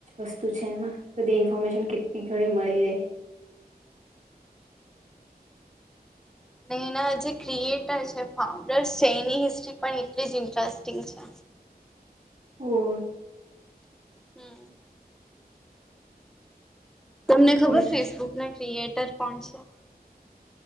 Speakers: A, on the right; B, in the centre.
A: વસ્તુ છેને <inaudible> ઇન્ફોર્મેશન કેટલી ઘણી મળી રહે <inaudible>
B: અને એના જે ક્રિએટર છે, ફાઉન્ડર છે, એની હિસ્ટ્રી પણ એટલી જ ઇન્ટરેસ્ટિંગ છે.
A: હો.
B: હમ. તમને ખબર
A: તમે
B: ફેસબુક ના ક્રિએટર કોણ છે.